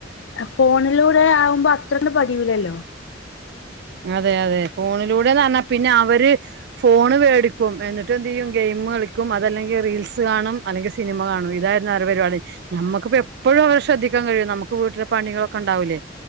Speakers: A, on the left; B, on the right.
A: ഫോണിലൂടെ ആവുമ്പോ അത്രങ്ങട്ട് പതിയൂലല്ലോ
B: അതെ അതെ ഫോണിലൂടെന്ന് പറഞ്ഞാ പിന്നെ അവര് ഫോണ് വേടിക്കും എന്നിട്ട് എന്ത് ചെയ്യും ഗെയിം കളിക്കും അതല്ലെങ്കിൽ റീൽസ് കാണും അല്ലെങ്കിൽ സിനിമ കാണും ഇതായിരുന്നു അവരുടെ പരിപാടി ഞമ്മക്കിപ്പോ എപ്പോഴും അവരെ ശ്രദ്ധിക്കാൻ കഴിയുവോ നമുക്ക് വീട്ടിലെ പണികളൊക്കെ ഒണ്ടാവില്ലേ